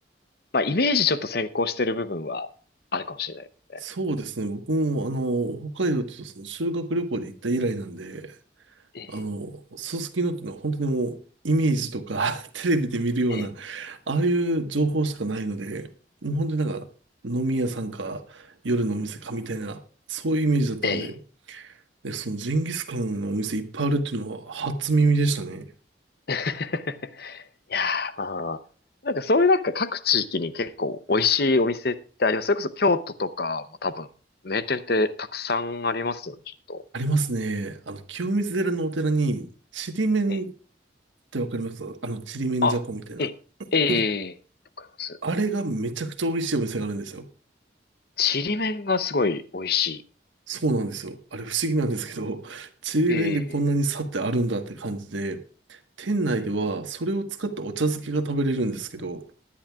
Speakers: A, on the left; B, on the right.
A: まあ、イメージちょっと先行してる部分はあるかもしれないですね。
B: そうですね。僕も、あの、北海道っていうとその修学旅行で行った以来なんで、
A: ええ、
B: あの、すすきのっていうのは本当にもうイメージとか <laughs> テレビで見るような、
A: ええ、
B: ああいう情報しかないので、もう本当になんか飲み屋さんか夜のお店かみたいな、そういうイメージだったんで、
A: ええ。
B: で、そのジンギスカンのお店いっぱいあるっていうのは初耳でしたね。
A: <laughs> いやー、まあ、なんかそういうなんか各地域に結構美味しいお店ってあります。それこそ京都とかも多分名店ってたくさんありますよね、ちょっと。
B: ありますね。あの、清水寺のお寺に、ちりめんっ
A: ええ、
B: てわかりますあの、ちりめんじゃこみたいな。
A: あ、ええ、え
B: うん
A: え、わかります。
B: あれがめちゃくちゃ美味しいお店があるんですよ。
A: ちりめんがすごい美味しい。
B: そうなんですよ。あれ不思議なんですけど、ちりめんでこんなに差ってあるんだって感じで、
A: ええ、
B: 店内ではそれを使ったお茶漬けが食べれるんですけど、
A: ええ